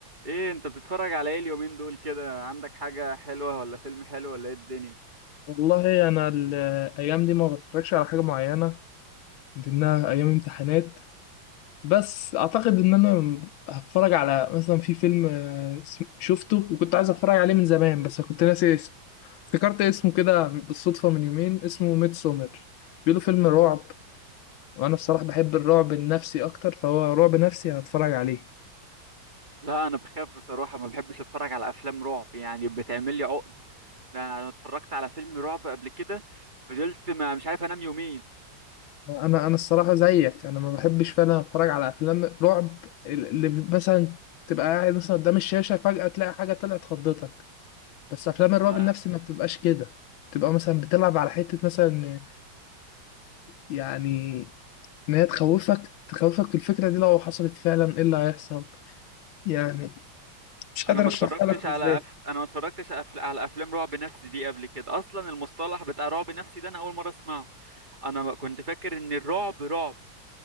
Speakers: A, on the right; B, on the left.
A: ايه انت بتتفرج على ايه اليومين دول كده عندك حاجة حلوة ولا فيلم حلو ولا ايه الدنيا
B: والله انا الايام دي ما بتفرجش على حاجه معينه من ضمنها ايام امتحانات بس اعتقد ان انا هتفرج على مثلا في فيلم آه، اسم- شفته وكنت عايز اتفرج عليه من زمان بس كنت ناسي اسمه افتكرت اسمه كده بالصدفه من يومين اسمه ميد سومر بيقولوا فيلم رعب وانا الصراحه بحب الرعب النفسي اكتر فهو رعب نفسي هتفرج عليه
A: لا انا بخاف بصراحه ما بحبش اتفرج على افلام رعب يعني بتعمل لي عقده ده انا اتفرجت على فيلم رعب قبل كده فضلت ما مش عارف انام يومين
B: انا انا الصراحه زيك انا ما بحبش فعلا اتفرج على افلام رعب اللي مثلا تبقى قاعد مثلا قدام الشاشه فجاه تلاقي حاجه طلعت خضتك بس افلام الرعب
A: لا
B: النفسي ما بتبقاش كده بتبقى مثلا بتلعب على حته مثلا يعني ان هي تخوفك تخوفك الفكره دي لو حصلت فعلا ايه اللي هيحصل يعني مش قادر
A: انا ما
B: اشرحها
A: اتفرجتش
B: لك ازاي
A: على أف... انا ما اتفرجتش أف... على افلام رعب نفسي دي قبل كده اصلا المصطلح بتاع رعب نفسي ده انا اول مره اسمعه انا ما كنت فاكر ان الرعب رعب